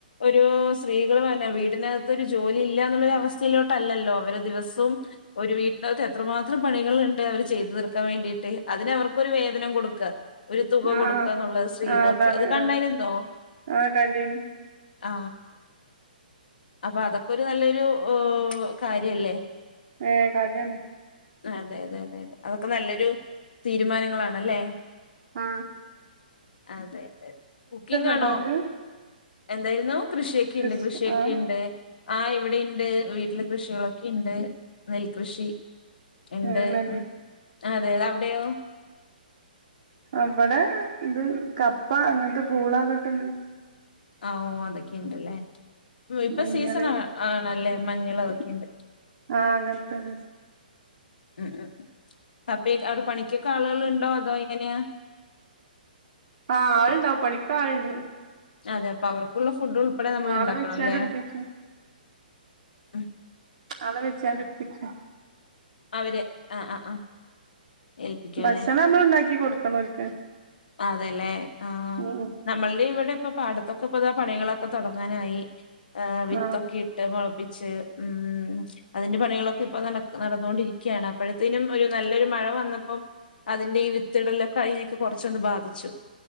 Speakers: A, on the left; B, on the right.
A: ഒരു സ്ത്രീകൾ വീടിനകത്ത് ഒരു ജോലി ഇല്ലന്നുള്ള ഒരു അവസ്ഥയിലോട്ടല്ലല്ലോ അവര് ദിവസവും ഒരു വീട്ടിനകത്ത് എത്രമാത്രം പണികൾ ഉണ്ട് അവര് ചെയ്തു തീർക്കാൻ വേണ്ടിട്ട് അതിനവർക്കൊരു വേതനം കൊടുക്കുക ഒരു തുക കൊടുക്കുക
B: ആഹ്
A: എന്നുള്ളത് സ്ത്രീകൾക്ക്
B: ആഹ് അതാണ്
A: അത് കണ്ടായിരുന്നോ
B: ആഹ് ആഹ് കണ്ടീന്
A: ആ അപ്പൊ അതൊക്കെ ഒരു നല്ലൊരു ഒ കാര്യല്ലേ
B: ഏ കാര്യാണ്.
A: അതെ അതെ അതെ അതെ അതൊക്കെ നല്ലൊരു തീരുമാനങ്ങളാണല്ലേ?
B: ആ
A: അതെ അതെ കുക്കിംങാണോ
B: ഉണ്ടോ ഇങ്ങക്ക്
A: എന്തായിരുന്നു? കൃഷിയൊക്കെയുണ്ട്
B: കൃഷി
A: കൃഷിയൊക്കെയുണ്ട്
B: ആഹ്
A: ആഹ് ഇവിടെണ്ട് വീട്ടില് കൃഷികളൊക്കെ ഉണ്ട്. നെൽകൃഷി ഉണ്ട്
B: ഏഹ് നെല്ല്
A: ഉം അതെത അവിടെയോ?
B: അവിടെ ഇത് കപ്പ അങ്ങനത്തെ കൂളാ അതൊക്കെ ഇണ്ട്
A: ഓ അതൊക്കെ ഇണ്ടല്ലേ ഇപ്പ
B: മഞ്ഞള്
A: സീസണാ ആണല്ലേ മഞ്ഞളൊക്കെ ഇണ്ട്
B: ആഹ് അങ്ങനത്തെത്
A: ഉം ഉം കപ്പേ അവിടെ പണിക്കൊക്കെ ആളുകൾ ഉണ്ടോ അതോ എങ്ങനെയാ?
B: ആ ആളുണ്ടാവും പണിക്കാള്ണ്ട്
A: അതെ അപ്പൊ അവർക്കുള്ള ഫുഡ് ഉൾപ്പെടെ നമ്മൾ
B: ആളെ
A: ഇണ്ടാക്കണം
B: വെച്ചാണ്ട്
A: അല്ലേ?
B: എടുപ്പിച്ചു
A: ഉം
B: ആളെ വെച്ചാ <unintelligible>
A: അവര് ആ ആ ആ ഏൽപ്പിക്കുംല്ലേ
B: ഭക്ഷണം നമ്മള് ഉണ്ടാക്കി കൊടുക്കണം ഓൽക്ക്
A: അതെല്ലേ ആഹ്
B: ഉം ഉം
A: നമ്മൾടെ ഇവിടെ ഇപ്പൊ പാടത്തൊക്കെപ്പതാ പണികളൊക്കെ തുടങ്ങാനായി ആ വിത്തൊക്കെ
B: ആഹ്
A: ഇട്ട് മൊള പ്പിച്ച് ഉം അതിന്റെ പണികളൊക്കെ ഇപ്പൊ നടക് നടന്നോണ്ടിരിക്കയാണ് അപ്പോഴത്തേനും ഒരു നല്ലൊരു മഴ വന്നപ്പം അതിന്റെ ഈ വിത്തിടലൊക്കെ അയ്നെക്ക കൊറച്ചൊന്ന് ബാധിച്ചു